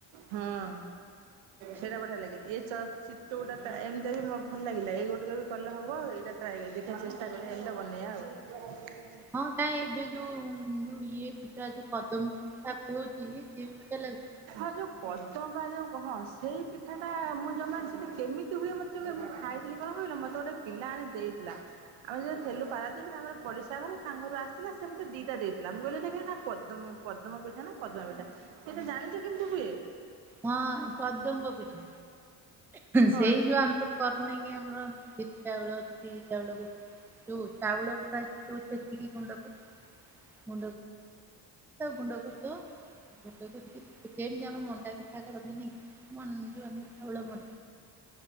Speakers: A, on the right (about 80°); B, in the centre.
A: ହଁ ସେଇଟା ବଢିଆ ଲାଗେ ଇଏ ଚ ଚିତୋଉ ଗୋଟା ତା-ଏମତିଆ ବି ମ-ଭଲ ଲାଗିଲା ଏଇ ଗୋଟିକ ବି କଲେ ହବ ଏଇଟା ଟ୍ରାଏକ-ଦେଖିଆ ଚେଷ୍ଟା କରିବା ଏମତିଆ ବନେ ଆ ଆଉ
B: ହଁ କାଇଁ ଏବେ ଯୋଉ ଯୋଉ ଇଏ ପିଠା ଯୋଉ ଦପମ ପିଠା ହୋଉଚି ସିଏ ବି ପଚାରଲେ ହୁଁ
A: ଏ ଯୋଉ ପଦମ୍ ହଁ ସେଇ ପିଠାଟା ମୁଁ ଜମା ସେଟା କେମିତି ହୁଏ ମତେ ବି ମୁଁ ଖାଇଥିଲି କଣ କହିଲ ମତେ ଗୋଟେ ପିଲା ଆଣି ଦେଇଥିଲା ଆମେ ଯଦି ଲୁ ପାରନ୍ତିନ୍ତ ଆମର ପଡ଼ିଶା ଘର ତାଙ୍କର ଆସିଥିଲା ସେୋତେ ଦିଟା ଦେଇଥିଲା ମୁଁ କହିଲିଟା ପଦ୍ମ ପଦ୍ମ ପୀଠା ନା ପଦ୍ମ ପୀଠା ସେଇଟା ଜାଣିଛ କେମିତି ହୁଏ?
B: ହଁ କଦମ୍ବ ପିଠା।
A: ହଁ
B: ସେଇ ଯୋଉ ଆମର କରୁନ କି ଆମର ପି ଚାଉଳ ଅଛି ପିରି ଚାଉଳକୁ ଯୋଉ ଚାଉଳ ପ ଖାଇ ସେତିକିଣ୍ଡଣ୍ଡ କରତରେ ତାକୁ ଗୁଣ୍ଡ କରିଦୁଣ୍ଡିମିତି ଆମ ମ ା ପିଠା କର ନେଇ ମ ଯୁ ଆମ ଖବଳ ମନ